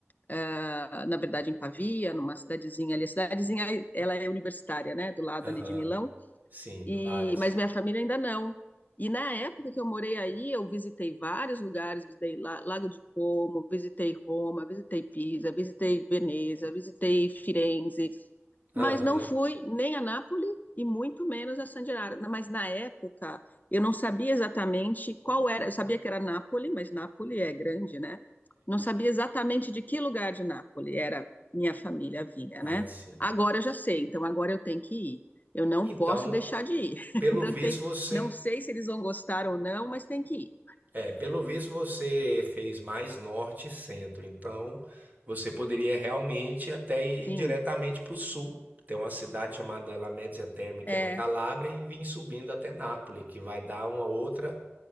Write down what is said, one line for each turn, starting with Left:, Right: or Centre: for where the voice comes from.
Left: uh, na verdade em Pavia, numa cidadezinha ali. A cidadezinha, ela é universitária, né, do lado
Right: aham,
Left: ali de Milão,
Right: sim,
Left: e,
Right: várias.
Left: mas minha família ainda não. E na época que eu morei aí, eu visitei vários lugares, visitei La- Lago de Como, visitei Roma, visitei Pisa, visitei Veneza, visitei Firenze,
Right: Aham,
Left: mas não fui nem a Nápoles e muito menos a San Gennaro. Mas na época eu não sabia exatamente qual era, eu sabia que era Nápoles, mas Nápoles é grande, né? Não sabia exatamente de que lugar de Nápoles era minha família vinha,
Right: ah,
Left: né?
Right: sim.
Left: Agora eu já sei, então agora eu tenho que ir. Eu não
Right: Então,
Left: posso deixar de ir. <laughs>
Right: pelo
Left: Então
Right: visto,
Left: tem que,
Right: você
Left: não sei se eles vão gostar ou não, mas tem que ir.
Right: É, pelo visto você fez mais norte e centro, então você poderia realmente até ir
Left: Sim,
Right: diretamente para o sul. Tem uma cidade chamada La Mezzia Terme, que
Left: é,
Right: é na Calábria, e vir subindo até Nápoles, que vai dar uma outra,